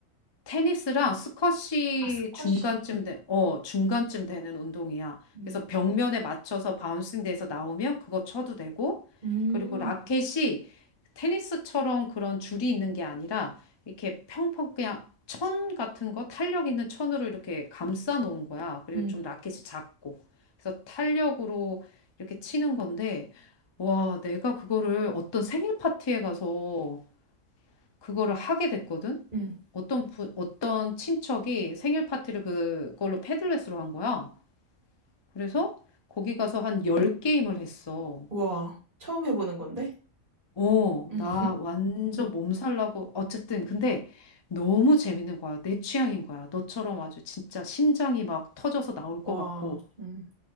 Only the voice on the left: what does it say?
테니스랑 스쿼시
중간쯤 돼, 어, 중간쯤
되는 운동이야.
그래서 벽면에 맞춰서 바운싱 돼서 나오면 그거 쳐도 되고,
그리고 라켓이 테니스처럼 그런 줄이 있는 게 아니라 이렇게 평평 그냥 천 같은 거 탄력 있는 천으로 이렇게 감싸 놓은 거야. 그리고
좀 라켓이 작고. 그래서 탄력으로 이렇게 치는 건데, 와, 내가 그거를 어떤 생일 파티에 가서 그거를 하게 됐거든.
어떤 부, 어떤 친척이 생일 파티를 그걸로 패들렛으로 한 거야. 그래서 거기 가서 한 열 게임을 했어.
어,
나
완전 몸살 나고 어쨌든 근데 너무 재밌는 거야. 내 취향인 거야. 너처럼 아주 진짜 심장이 막 터져서 나올
것 같고.